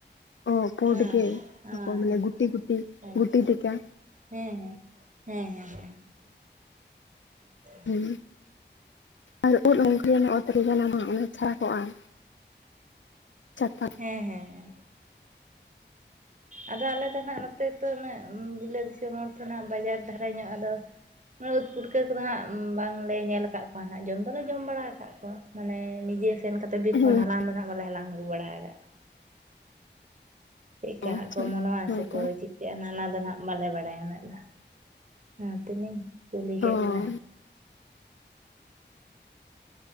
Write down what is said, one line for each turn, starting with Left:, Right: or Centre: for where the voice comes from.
Left: ᱚ ᱯᱩᱸᱰ
Right: ᱦᱮᱸ
Left: ᱜᱮ
Right: ᱟᱪᱪᱷᱟ
Left: ᱢᱟᱱᱮ ᱜᱩᱴᱤ ᱜᱩᱴᱤ
Right: ᱟᱪᱪᱷᱟ
Left: ᱜᱩᱴᱤ ᱞᱮᱠᱟ᱾
Right: ᱦᱮᱸ ᱦᱮᱸ ᱦᱮᱸ ᱦᱮᱸ ᱦᱮᱸ᱾ <inaudible>
Left: ᱦᱩᱸ, ᱟᱨ ᱩᱫ ᱚᱝᱠᱟ ᱜᱮ ᱧᱟᱢᱚᱜᱼᱟ ᱚᱛᱨᱮ ᱡᱮᱱᱚ ᱵᱟᱝ ᱚᱱᱟ ᱪᱷᱟᱰᱟ ᱠᱚᱜᱼᱟ ᱾ ᱪᱟ ᱠᱟᱠᱼᱼ
Right: ᱦᱮᱸ ᱦᱮᱸ ᱦᱮᱸ ᱾ ᱟᱫᱚ ᱟᱞᱮ ᱫᱚ ᱦᱟᱸᱜ ᱱᱚᱛᱮ ᱛᱚ ᱩᱱᱟᱹᱜ ᱵᱤᱞᱟᱹ ᱫᱤᱥᱚᱢ ᱦᱚᱲ ᱛᱚ ᱦᱟᱸᱜ ᱵᱟᱡᱟᱨ ᱫᱷᱟᱨᱟ ᱧᱚᱜ ᱟᱫᱚᱼᱼ ᱩᱫ ᱯᱩᱴᱠᱟᱹ ᱠᱚᱫᱚ ᱦᱟᱸᱜ ᱵᱟᱝ ᱞᱮ ᱧᱮᱞ ᱟᱠᱟᱫ ᱠᱚᱣᱟ ᱦᱟᱸᱜ ᱡᱚᱢ ᱫᱚᱞᱮ ᱡᱚᱢ ᱵᱟᱲᱟ ᱟᱠᱟᱫ ᱠᱚᱣᱟ ᱢᱟᱱᱮ ᱱᱤᱡᱮᱼᱼ ᱥᱮᱱ ᱠᱟᱛᱮᱫ ᱵᱤᱨ
Left: ᱦᱮᱸ
Right: ᱠᱷᱚᱱ ᱦᱟᱞᱟᱝ ᱫᱚ ᱱᱟᱦᱟᱜ ᱵᱟᱞᱮ ᱦᱟᱞᱟᱝ ᱟᱹᱜᱩ ᱵᱟᱲᱟ ᱟᱠᱟᱛᱼᱼ ᱪᱮᱫ ᱠᱟ
Left: ᱟᱪᱪᱷᱟ
Right: ᱦᱟᱸᱜ ᱠᱚ ᱢᱚᱱᱚᱜᱼᱟ
Left: ᱦᱮᱸ
Right: ᱥᱮᱠᱚ
Left: ᱛᱚ
Right: ᱪᱮᱫᱼᱼ ᱚᱱᱟ ᱫᱚ ᱱᱟᱦᱟᱜ ᱵᱟᱞᱮ ᱵᱟᱲᱟᱭᱟ ᱩᱱᱟᱹᱜ ᱫᱚ ᱚᱱᱟᱛᱮᱞᱤᱧ ᱠᱩᱞᱤ
Left: ᱛᱚ
Right: ᱠᱮᱫ ᱵᱮᱤᱱᱟ᱾